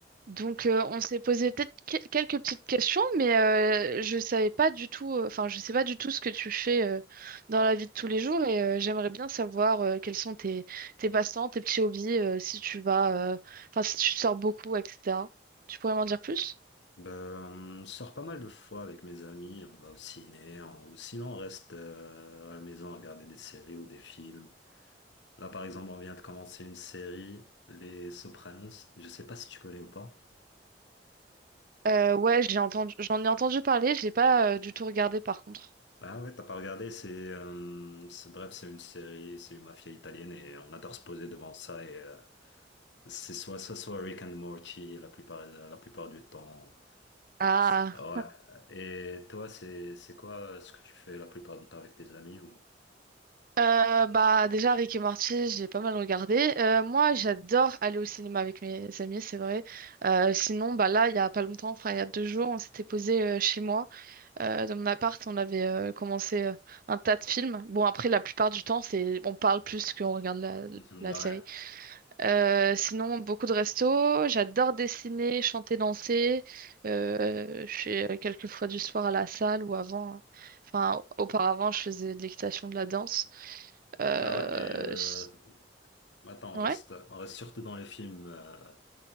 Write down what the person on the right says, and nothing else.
Donc, euh, on s'est posé peut-être que- quelques petites questions, mais euh, je savais pas du tout, euh, enfin, je sais pas du tout ce que tu fais euh, dans la vie de tous les jours et euh, j'aimerais bien savoir euh, quels sont tes, tes passe-temps, tes petits hobbies, euh, si tu vas, euh, enfin, si tu sors beaucoup, etc. Tu pourrais m'en dire plus?
Euh, ouais, j'ai entendu, j'en ai entendu parler, j'ai pas euh, du tout regardé par contre.
Ah.
Euh, bah déjà Rick et Morty, j'ai pas mal regardé. Euh, moi, j'adore aller au cinéma avec mes amis, c'est vrai. Euh, sinon, bah là, il y a pas longtemps, enfin il y a deux jours, on s'était posé euh, chez moi, euh, dans mon appart, on avait euh, commencé euh, un tas de films. Bon après, la plupart du temps, c'est on parle plus qu'on regarde la,
la série. Euh, sinon, beaucoup de restos. J'adore dessiner, chanter, danser. Euh, je fais euh, quelques fois du sport à la salle ou avant. euh, Enfin, auparavant, je faisais de l'équitation, de la danse. Euh,
s-
ouais.